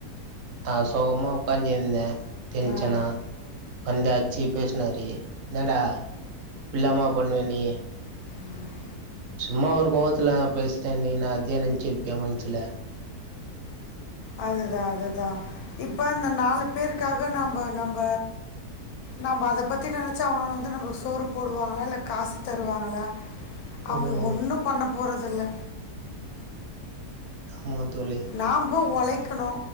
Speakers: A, on the right; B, on the left.
A: நா சோகமா உக்காந்தி இருந்த டென்ஷனா
B: ஆ
A: வந்தாச்சி பேஸ்னாரு என்னடா, இப்பல்லாம்மா பண்ணுவே நீ?
B: ம்
A: சும்மா ஒரு கோவத்துல பேஸ்ட்டே நீ இன்னா அதிய நனச்சிப்பியா மனசுல
B: அதுதா அதுதா இப்ப அந்த நாலுப்பேருக்காக நம்ப நம்ப நம்ப அதப் பத்தி நெனச்சா அவங்க வந்து நம்மளுக் சோறு போடுவாங்களா இல்ல காசு தருவாங்களா? அவரு
A: ம்
B: ஒண்ணு பண்ண போறதில்ல
A: ஆமா தோழி
B: நாம்ப உழைக்கணு